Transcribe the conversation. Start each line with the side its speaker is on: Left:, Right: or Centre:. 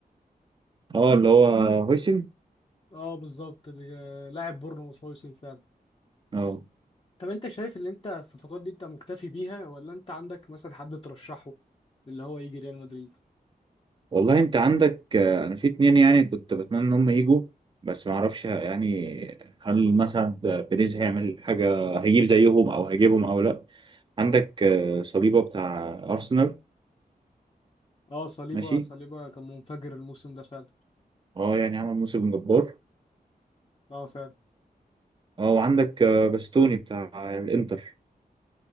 Right: اه اللي هو هويسن
Left: اه بالظبط ال- آه، لاعب بورنموث هو يوسف فعلا
Right: اه
Left: طب انت شايف اللي انت الصفقات دي انت مكتفي بيها ولا انت عندك مثلا حد ترشحه اللي هو يجي ريال مدريد
Right: والله انت عندك آه، انا في اتنين يعني كنت بتمنى ان هم يجوا بس ما اعرفش يعني هل مثلا بيريز هيعمل حاجه هيجيب زيهم او هيجيبهم او لا عندك آه، صليبه بتاع ارسنال
Left: اه صليبه
Right: ماشي
Left: صليبه كان منفجر الموسم ده فعلا
Right: اه يعني عمل موسم جبار
Left: اه فعلا
Right: اه وعندك آه، باستوني بتاع الانتر